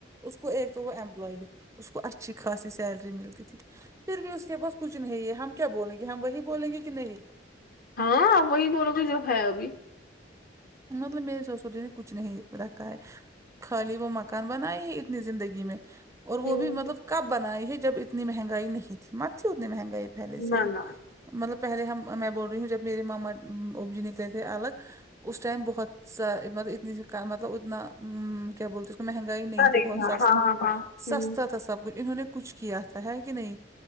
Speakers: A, on the right; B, on the left.
A: اس کو ایک تو وہ امپلائی بھی تھا اس کو اچھی خاصی سیلری ملتی تھی پھر بھی اس کے پاس کچھ نہیں ہے ہم کیا بولیں گے ہم وہی بولیں گے کہ نہیں
B: ہاں وہی بولوگی جو ہے ابھی
A: مطلب میر ے سسرجی نے کچھ نہیں رکھا ہے خالی وہ مکان بنائے ہی اتنی زندگی میں اور وہ
B: ہوں
A: بھی مطلب کب بنائی ہے جب اتنی مہنگائی نہیں تھی مت تھی اتنی مہنگائی پہلے سے
B: نہ
A: ہی
B: نہ
A: مطلب پہلے ہم میں بول رہی ہوں جب میرے ماما ابج نہیں پے تھے الگ اس ٹائم بہت ساطلب اتنی مطلب اتنا کیا بولتے مہنگائی نہیں
B: ہاں
A: تھی بہت س
B: ہاں
A: سستا
B: ہوں
A: تھا سب کچھ انہوں نے کچھ کیا تھا ہے کہ نہیں